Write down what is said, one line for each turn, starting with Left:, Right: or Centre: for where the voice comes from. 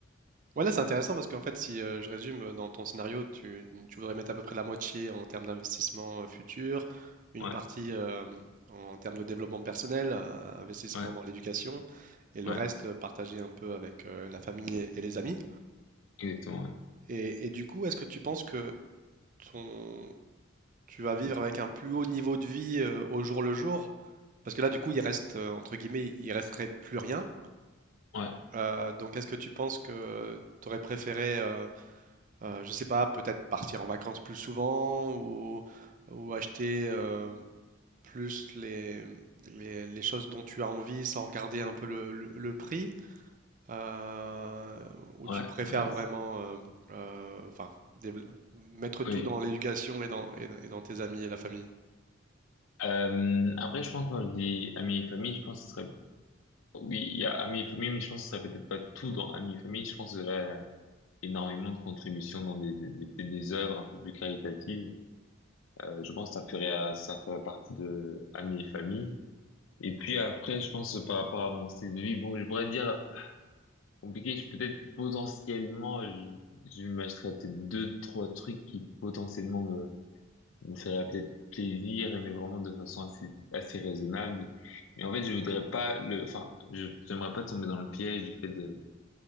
Right: Voilà, c'est intéressant parce qu'en fait, si euh, je résume, euh, dans ton scénario, tu, tu voudrais mettre à peu près la moitié en termes d'investissement euh, futur, une
Left: Ouais,
Right: partie euh, en termes de développement personnel, euh, investissement
Left: ouais,
Right: dans l'éducation, et le
Left: ouais,
Right: reste euh, partagé un peu avec euh, la famille et, et les amis.
Left: exactement. Ouais,
Right: Et, et du coup, est-ce que tu penses que ton, tu vas vivre avec un plus haut niveau de vie euh, au jour le jour? Parce que là, du coup, il reste, euh, entre guillemets, il resterait plus rien.
Left: ouais,
Right: Euh, donc, est-ce que tu penses que tu aurais préféré... euh, Heu, je sais pas, peut-être partir en vacances plus souvent ou ou acheter, heu, plus les, mmh, les les choses dont tu as envie sans regarder un peu le le le prix, heu, ou
Left: ouais.
Right: tu préfères
Left: ouais.
Right: vraiment,
Left: c'est-
Right: hem, heu, enfin, dével mettre tout
Left: Oui.
Right: dans l'éducation et dans et dans et dans tes amis et la famille?
Left: Euh, après, je pense quand je dis amis et famille, je pense que ce serait. Oui, il y a amis et famille, mais je pense que ce serait peut-être pas tout dans amis et famille. Je pense qu'il y aurait énormément de contributions dans des des, des, des des œuvres un peu plus caritatives. Euh, je pense que ça ferait ça ferait partie de amis et famille. Et puis après, je pense euh, par rapport à mon style de vie, bon, je pourrais dire compliqué, je peut-être potentiellement, je, je m'achèterais peut-être deux, trois trucs qui potentiellement me, me feraient peut-être plaisir, et mais vraiment de façon assez, assez raisonnable. Mais en fait, je voudrais pas le, enfin, je, j'aimerais pas tomber dans le piège du fait de